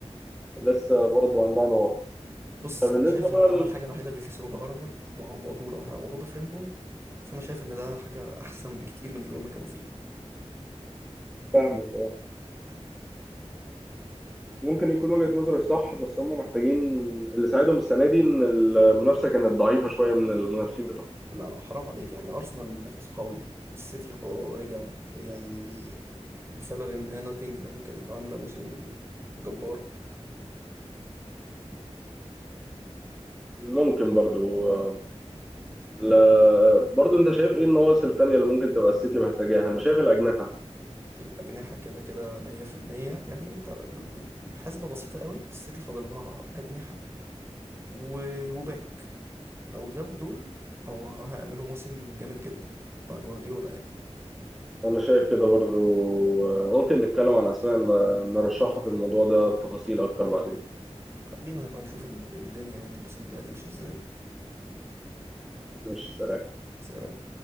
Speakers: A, in the centre; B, on the right.
A: لسه برضه عندها نواقص
B: بص
A: فبالنسبة
B: انا شايف
A: بقى
B: ان هو الحاجه الوحيده اللي خسروها ارنولد وعوضوه لو هيعوضوه بفريمبونج فانا شايف ان ده حاجه احسن بكتير من اللي هما كانوا فيه
A: لفهمك اه ممكن يكون وجهة نظرك صح بس هم محتاجين اللي ساعدهم السنة دي إن المنافسة كانت ضعيفة شوية من المنافسين بتوعهم
B: لا لا حرام عليك يعني ارسنال منافس قوي السيتي اه رجع يعني لسبب ما نوتنجهام كانت عامله موسم جبار
A: لما ممكن برضو آه، لا برضو انت شايف ايه النواقص التانية اللي ممكن تبقى السيتي محتاجاها انا شايف الأجنحة
B: الأجنحة كده كده مية في المية يعني أنت بحسبة بسيطة قوي السيتي فاضل لها أجنحة و... وباك لو جابوا دول هو هيعملوا موسم جامد جدا مع جوارديولا يعني
A: انا شايف كده برضو آه، ممكن نتكلم عن اسماء ن- نرشحها في الموضوع ده بتفاصيل اكتر بعدين
B: خلينا نبقى نشوف ال- الدنيا يعني الموسم الجاي هتمشي ازاي
A: ماشي سلام
B: سلام